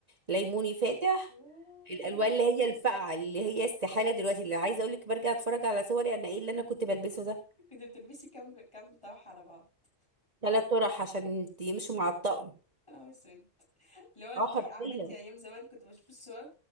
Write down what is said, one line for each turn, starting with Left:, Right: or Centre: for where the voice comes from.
Right: ليموني فاتح
Left: آه،
Right: الالوان
Left: يا لهوي.
Right: اللي هي الفاقعه اللي هي استحاله دلوقتي اللي عايزه اقول لك برجع اتفرج على صوري انا ايه اللي انا كنت بلبسه ده
Left: كنت بتلبسي كام كام طرح على بعض
Right: ثلاث طرح عشان يمشوا مع الطقم
Left: انا نهار اسود اللي هو انت
Right: اه حرفيا
Left: عارفه انت ايام زمان كنت بشوف الصور